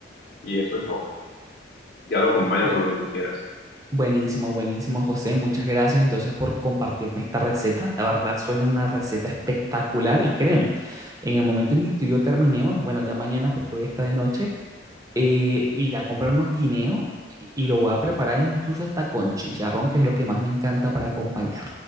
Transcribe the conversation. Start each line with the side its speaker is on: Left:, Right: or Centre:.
Left: Y eso es todo. Ya lo acompañas
Right: Bu-
Left: con lo que tú quieras.
Right: Buenísimo, buenísimo, José. Muchas gracias entonces por compartirme esta receta. La verdad, suena una receta espectacular y créeme, en el momento en que tú y yo terminemos, bueno, ya mañana porque hoy está de noche, eh, ir a comprar unos guineos y, y lo voy a preparar incluso hasta con chicharrón, que es lo que más me encanta para acompañar.